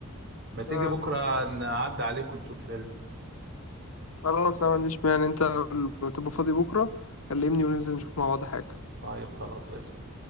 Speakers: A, on the right; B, on the left.
A: ما تيجي
B: آه.
A: بكرة نعدي عليك ونشوف فيلم
B: خلاص انا ما عنديش مانع انت تبقى فاضي بكره كلمني وننزل نشوف مع بعض حاجه
A: طيب خلاص قشطة